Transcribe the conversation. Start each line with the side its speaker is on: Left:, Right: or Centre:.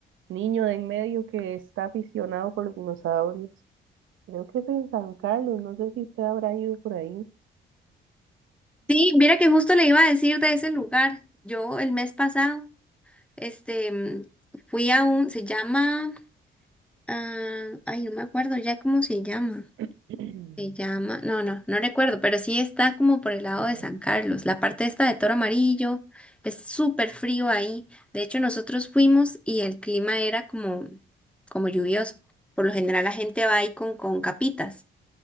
Right: niño de en medio que está aficionado por los dinosaurios. Creo que es en San Carlos, no sé si usted habrá ido por ahí.
Centre: Sí, mira que justo le iba a decir de ese lugar. Yo el mes pasado, este, mm, fui a un, se llama, ah, ay, no me acuerdo ya cómo se llama.
Right: <clears throat>
Centre: Se llama, no, no, no recuerdo, pero sí está como por el lado
Right: Ajá,
Centre: de San Carlos. La parte esta de Toro Amarillo es súper frío ahí. De hecho, nosotros fuimos y el clima era como, como lluvioso. Por lo general la gente va ahí con, con capitas.